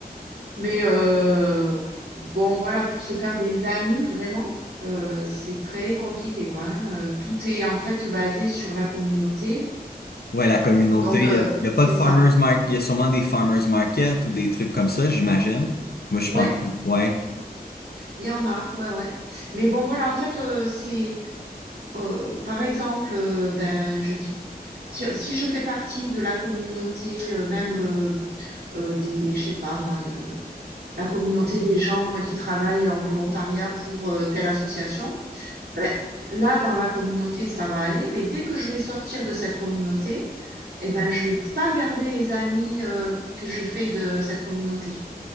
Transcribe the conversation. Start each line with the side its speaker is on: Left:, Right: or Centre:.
Right: Mais euh, bon, voilà, pour se faire des amis, vraiment, euh, c'est très compliqué, quoi. hein. Euh, tout est en fait basé sur la communauté.
Left: ouais, la communauté,
Right: Donc, euh,
Left: il n'y a, il y a pas
Right: c'est
Left: de farmers
Right: ça.
Left: market. Il y a sûrement des farmers market ou des trucs comme ça, j'imagine. Moi, je
Right: Ouais,
Left: pense, ouais.
Right: il y en a, ouais, ouais. Mais bon, voilà, en fait, euh, c'est, euh, par exemple, euh, ben, je dis, si, si je fais partie de la communauté, euh, même euh, euh, des, je sais pas, moi, de la communauté des gens qui travaillent en volontariat pour euh, telle association. Ben, là, dans la communauté, ça va aller, mais dès que je vais sortir de cette communauté, eh ben, je vais pas garder les amis euh, que j'ai fait de cette communauté.